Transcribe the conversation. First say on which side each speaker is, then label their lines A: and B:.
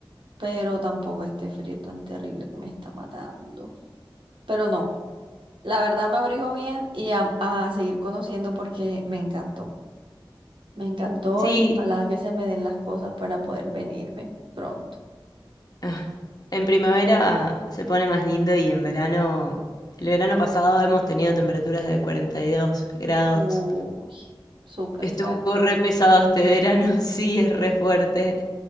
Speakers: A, on the right; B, on the left.
A: pero tampoco este frío tan terrible que me está matando. Pero no, la verdad me abrigo bien y a, a seguir conociendo porque me encantó. Me encantó
B: Sí,
A: y ojalá que se me den las cosas para poder venirme pronto.
B: <sighs> ah, en primavera se pone más lindo y en verano, el verano pasado hemos tenido temperaturas de 42 grados.
A: Uy, súper
B: Estuvo
A: fuerte.
B: re pesado este verano, <laughs> sí, es re fuerte,